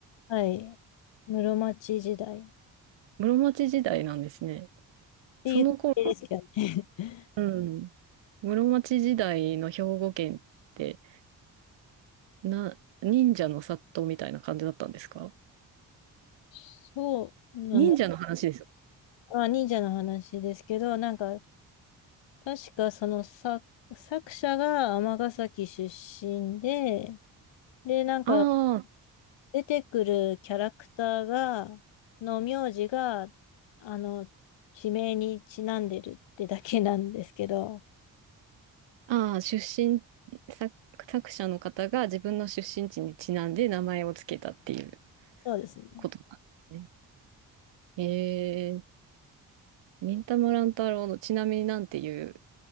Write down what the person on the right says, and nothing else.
室町時代なんですね。その頃
うん。室町時代の兵庫県って、な、忍者の殺到みたいな感じだったんですか
忍者の話ですよ。
あ
あ、ああ、出身、作、作者の方が自分の出身地にちなんで名前をつけたっていう
ことなんですね。へえ、忍たま乱太郎のちなみになんていう